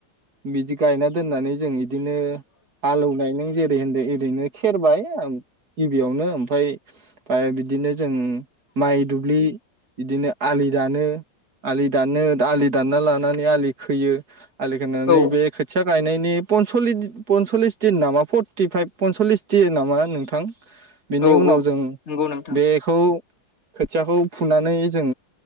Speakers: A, on the right; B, on the left.
A: बिदि गायना दोननानै जों इदिनो हालौवनाय नों जेरै होनदों ओरैनो खेरबाय ओम गिबियावनो ओमफ्राय बिदिनो जों माइ दुब्लि इदिनो आलि दानो आलि दानो आलि दानना लानानै आलि खोयो आलिखोनो नैबे
B: औ
A: खोथिया गायनायनि पनसलि पनसललिस दिन नामा फर्टिफाइभ पनसलिस दिन नामा नोंथा बेनि
B: औ
A: उनाव जों
B: नंगौ नोंथां
A: बेखौ खोथियाखौ फुनानै जों